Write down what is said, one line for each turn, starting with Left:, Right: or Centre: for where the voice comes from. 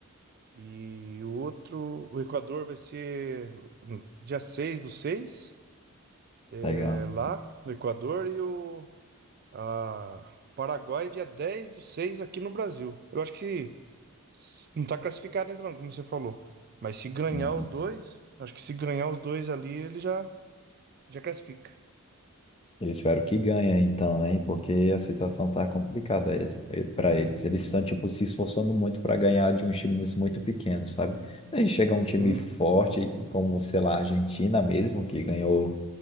Right: E o outro, o Equador vai ser dia 6 do 6.
Left: Legal.
Right: é lá no Equador. E o, Ah, Paraguai, dia 10 do 6 aqui no Brasil. Eu acho que se- não tá classificado ainda não, como você falou. Mas se ganhar
Left: Uhum.
Right: os dois, acho que se ganhar os dois ali, ele já, já classifica.
Left: Eu espero que ganhe, então, hein? Porque a situação tá complicada para eles. Eles estão, tipo, se esforçando muito para ganhar de uns times muito pequenos, sabe? Daí chega
Right: Sim,
Left: um time forte, como, sei lá, a Argentina mesmo, que ganhou